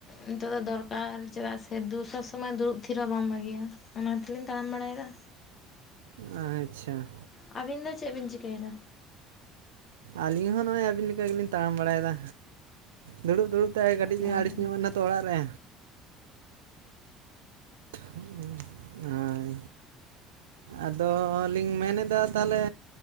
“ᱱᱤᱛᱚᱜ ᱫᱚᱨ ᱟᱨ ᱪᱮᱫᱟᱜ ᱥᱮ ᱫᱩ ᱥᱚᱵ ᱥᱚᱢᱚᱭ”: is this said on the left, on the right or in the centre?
Left